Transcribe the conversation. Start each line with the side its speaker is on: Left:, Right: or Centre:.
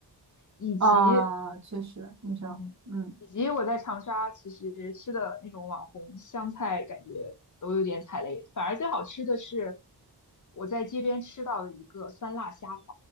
Left: 以及
Right: 啊，确实，你说，
Left: 嗯，
Right: 嗯，
Left: 以及我在长沙其实吃的那种网红湘菜，感觉都有点踩雷。反而最好吃的是我在街边吃到的一个酸辣虾滑，